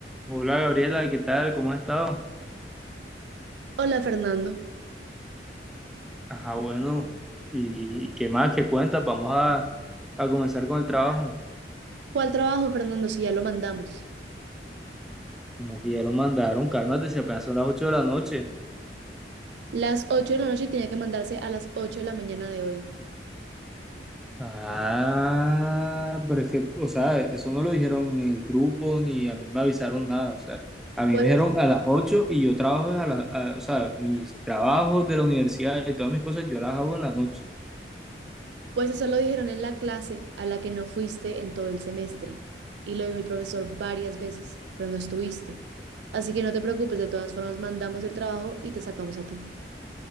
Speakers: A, in the centre; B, on the right.
A: Hola Gabriela, ¿qué tal? ¿Cómo has estado?
B: Hola Fernando.
A: Ajá, bueno, ¿y, y qué más? ¿Qué cuentas? Vamos a, a comenzar con el trabajo.
B: ¿Cuál trabajo, Fernando, si ya lo mandamos?
A: Como que ya lo mandaron, cálmate, si apenas son las 8 de la noche.
B: Las ocho de la noche y tenía que mandarse a las 8 de la mañana de hoy.
A: Ah, pero es que, o sea, eso no lo dijeron en el grupo ni a mí me avisaron nada, o sea, a mí
B: Pues,
A: me dijeron a las 8 y yo trabajo a las, a- o sea, mis trabajos de la universidad y todas mis cosas yo las hago en la noche.
B: pues eso lo dijeron en la clase a la que no fuiste en todo el semestre. Y lo dijo el profesor varias veces, pero no estuviste. Así que no te preocupes, de todas formas mandamos el trabajo y te sacamos a ti.